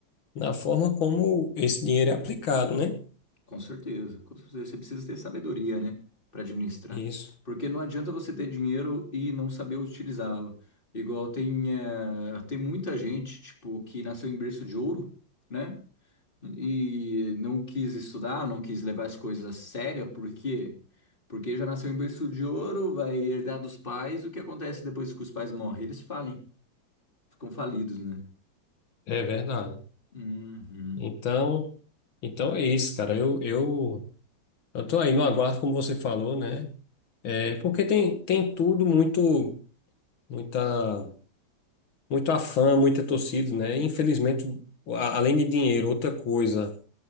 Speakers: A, on the left (about 85°); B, on the left (about 25°).
A: na forma como esse dinheiro é aplicado, né?
B: Com certeza, com certeza. Você precisa ter sabedoria, né, para administrar.
A: Isso,
B: Porque não adianta você ter dinheiro e não saber utilizá-lo. Igual tem, eh, tem muita gente, tipo, que nasceu em berço de ouro, né, e não quis estudar, não quis levar as coisas a sério, por quê? Porque já nasceu em berço de ouro, vai herdar dos pais, o que acontece depois que os pais morrem? Eles falem, ficam falidos, né?
A: é verdade.
B: Uhum.
A: Então, então é isso, cara. Eu, eu Eu tô aí no aguardo, como você falou, né? É, porque tem, tem tudo muito, muita, muito afã, muita torcida, né? E, Infelizmente, a- além de dinheiro, outra coisa